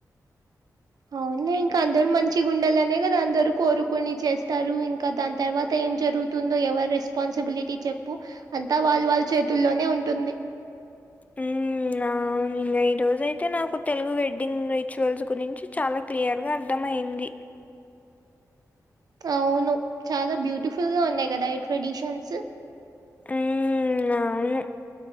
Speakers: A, on the right (about 75°); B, on the left (about 25°).
A: అవునులే ఇంకా అందరూ మంచిగుండాలనే కదా అందరూ కోరుకుని చేస్తారు ఇంకా దాని తర్వాత ఏం జరుగు తుందో ఎవరి రెస్పాన్సిబిలిటీ చెప్పు అంతా వాల్లు వాల్ చేతుల్లోనే ఉంటుంది
B: ఉమ్ నా అవును ఇంగా ఈ రోజయితే నాకు తెలుగు వెడ్డింగ్ రిచువల్స్ గురించి చాలా క్లియర్ గా అర్థం అయింది
A: అవును చాలా బ్యూటిఫుల్ గా ఉన్నాయి కదా ఈ ట్రెడిషన్స్
B: ఉమ్ అవును